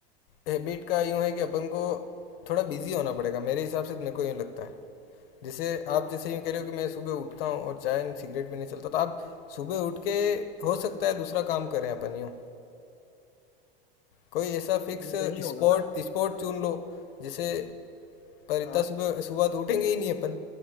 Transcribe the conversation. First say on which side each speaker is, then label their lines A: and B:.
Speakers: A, on the left (about 75°); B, on the left (about 25°).
A: हैबिट का यूँ है कि अपन को थोड़ा बिजी होना पड़ेगा मेरे हिसाब से तो मेरे को यूँ लगता है जैसे आप जैसे यूँ कह रहे
B: हो
A: हो कि मैं सुबह उठता हूँ और चाय एंड सिगरेट पीने चलता हूँ, तो आप सुबह उठ के हो सकता है दूसरा काम करें अपन यूँ कोई ऐसा फिक्स
B: नहीं होगा
A: स्पॉट
B: ना
A: स्पॉट चुन लो जैसे पर इतना
B: हाँ
A: सुबह सुबह तो उठेंगे ही नहीं अपन